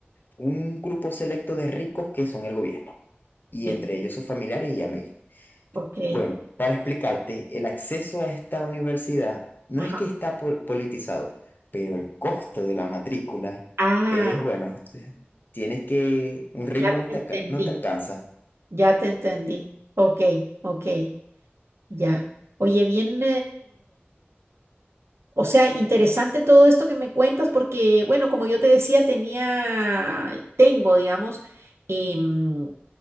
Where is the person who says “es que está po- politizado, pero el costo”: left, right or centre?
Left